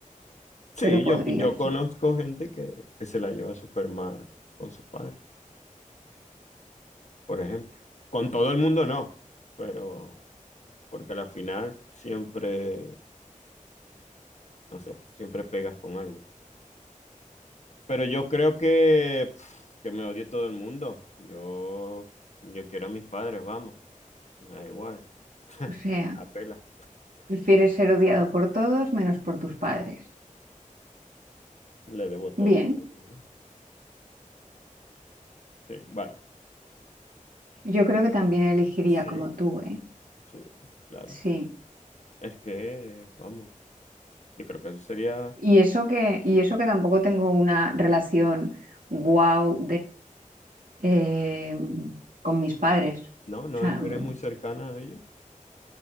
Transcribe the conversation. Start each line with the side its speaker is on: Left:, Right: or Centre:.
Left: Sí,
Right: pero podría,
Left: yo, yo conozco
Right: sí.
Left: gente que, que se la lleva súper mal con sus padres, por ejemplo. Con todo el mundo no, pero porque a la final siempre, no sé, siempre pegas con alguien. Pero yo creo que, pf, que me odie todo el mundo. Yo, yo quiero a mis padres, vamos. Me da igual. <laughs>
Right: O sea,
Left: La pela.
Right: prefieres ser odiado por todos menos por tus padres.
Left: Le debo todo
Right: Bien,
Left: a ellos, ¿no? Sí, vale.
Right: yo creo que también elegiría
Left: Sí,
Right: como tú, ¿eh?
Left: sí, claro.
Right: Sí.
Left: Es que, vamos, yo creo que eso sería.
Right: Y eso que, y eso que tampoco tengo una relación guau eh, con mis padres.
Left: No, no
Right: O sea,
Left: es,
Right: mm,
Left: eres muy cercana a ellos.